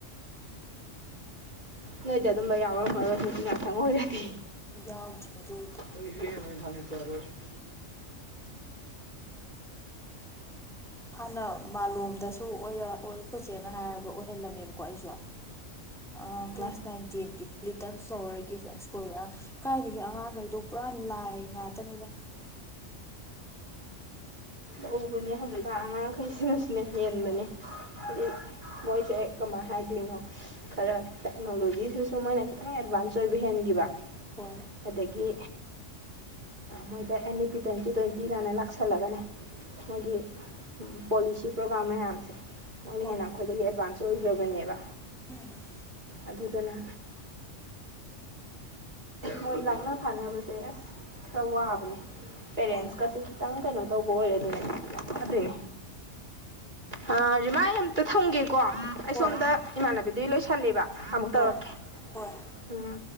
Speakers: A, on the right; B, in the centre.
A: ꯅꯣꯏꯗꯤ ꯑꯗꯨꯝꯕ ꯌꯥꯎꯔꯝꯃꯔꯣꯏ ꯅꯨꯄꯤ ꯉꯥꯛꯇꯪ ꯑꯣꯏꯔꯗꯤ꯫
B: ꯌꯥꯎꯗ꯭ꯔꯦ ꯑꯗꯨꯗꯤ꯫
A: <inaudible>
B: ꯍꯥꯟꯅ ꯃꯥꯂꯣꯝꯗꯁꯨ ꯑꯣꯏꯔ ꯑꫭꯏ ꯈꫭꯏ ꯆꯦꯅ ꯍꯥꯏꯔꯒ ꯑꯣꯏꯍꯜꯂꯝꯃꯦꯕꯀꯣ ꯑꯩꯁꯨ꯫ ꯑ ꯀ꯭ꯂꯥꯁ
A: ꯎꯝ
B: ꯅꯥꯏꯟ ꯇꯦꯟꯒꯤ ꯂꯤꯇꯜ ꯐ꯭ꯂꯣꯋꯔꯒꯤ ꯁ꯭ꯀꯨꯜ ꯀꯥꯏꯗꯒꯤ ꯑꯉꯥꯡꯈꯩꯗꯣ ꯄꯨꯔꯥ ꯂꯥꯏ ꯉꯥꯛꯇꯅꯤꯗ꯫
A: ꯇꯧꯕꯅꯦ ꯍꯧꯖꯤꯛꯀꯥꯟ ꯑꯉꯥꯡꯈꯩꯁꯤꯅꯁꯤꯅ ꯍꯦꯟꯕꯅꯦ꯫
B: ꯍꯣꯏ
A: ꯍꯨꯖꯤꯛ ꯃꯣꯏꯁꯦ ꯀꯃꯥꯏ ꯍꯥꯏꯗꯣꯏꯅꯣ ꯈꯔ ꯇꯦꯛꯅꯣꯂꯣꯖꯤ ꯁꯤꯁꯨ ꯃꯣꯏꯅ ꯈꯤꯇꯪ ꯑꯦꯗꯚꯥꯟꯁ ꯑꯣꯏꯕ ꯍꯦꯟꯈꯤꯕ
B: ꯍꯣꯏ
A: ꯑꯗꯒꯤ ꯃꯣꯏꯗ ꯑꯦꯅꯤ ꯄꯤ ꯇꯟ ꯇꯤ ꯇ꯭ꯋꯦꯟꯇꯤ ꯀꯥꯏꯅ ꯂꯥꯛꯁꯜꯂꯒꯅꯦ ꯃꯣꯏꯒꯤ ꯄꯣꯂꯤꯁꯤ ꯄ꯭ꯔꯣꯒꯥꯝ ꯃꯌꯥꯝꯁꯦ꯫ ꯃꯣꯏꯅ
B: ꯍꯣꯏ
A: ꯍꯦꯟꯅ ꯑꯩꯈꯣꯏꯗꯒꯤ ꯑꯦꯗꯚꯥꯟꯁ ꯑꯣꯏꯈ꯭ꯔꯕꯅꯦꯕ꯫
B: <unintelligible>
A: ꯑꯗꯨꯗꯅ ꯃꯣꯏ ꯂꯥꯛꯅ ꯐꯥꯅꯕꯁꯦ ꯑꯁ ꯈꯔ ꯋꯥꯕꯅꯦ ꯄꯦꯔꯦꯟꯁꯀꯁꯦ
B: ꯍꯣꯏ
A: ꯈꯤꯇꯪ ꯀꯩꯅꯣ ꯇꯧꯕ ꯑꯣꯏꯔꯗꯤꯅꯦ ꯌꯥꯝ
B: ꯎꯝ
A: ꯋꯥꯗꫭꯏꯅꯤ ꯑꯥ ꯔꯤꯃꯥꯏ ꯑꯝꯇ ꯊꯝꯒꯦ꯫ ꯀꯣ ꯑꯩ
B: ꯍꯣꯏ
A: ꯁꯣꯝꯗ ꯏꯃꯥꯟꯅꯕꯤꯗꯨ ꯂꯣꯏꯁꯜꯂꯤꯕ ꯑꯃꯨꯛ
B: ꯍꯣꯏ
A: ꯇꯧꯔꯛꯀꯦ
B: ꯍꯣꯏ
A: ꯎꯝ꯫